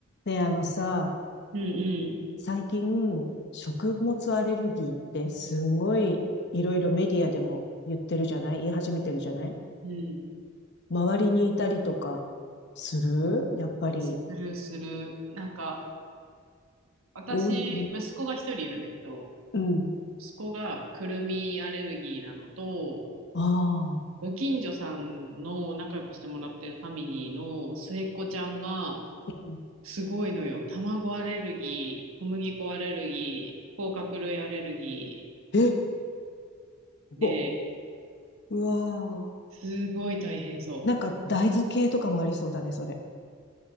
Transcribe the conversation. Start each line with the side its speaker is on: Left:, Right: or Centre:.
Left: ねえ、あのさ、
Right: うんうん。
Left: 最近、食物アレルギーってすんごいいろいろメディアでも言ってるじゃない言い始めてるじゃない
Right: うん
Left: 周りにいたりとかするやっぱり。
Right: するする。なんか、私、
Left: 多い。
Right: 息子が一人いるんだけど、
Left: うん。
Right: 息子がくるみアレルギーなのと、
Left: ああ。
Right: ご近所さんの仲良くしてもらってるファミリーの末っ子ちゃんが、
Left: うん
Right: すごいのよ。卵アレルギー、小麦粉アレルギー、甲殻類アレルギ
Left: え、ぼ、
Right: ーで、
Left: うわあ。
Right: すごい大変そう。
Left: なんか大豆系とかもありそうだね、それ。